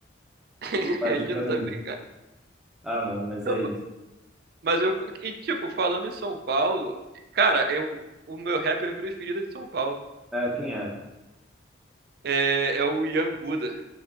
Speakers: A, on the right; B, in the centre.
A: <laughs>
B: basicamente.
A: A Índia não sabe brincar.
B: Ah, mano, mas
A: Não,
B: é isso.
A: mas eu. E, tipo, falando em São Paulo, cara, eu, o meu rapper preferido é de São Paulo
B: É, quem é?
A: é, é o Young Buda.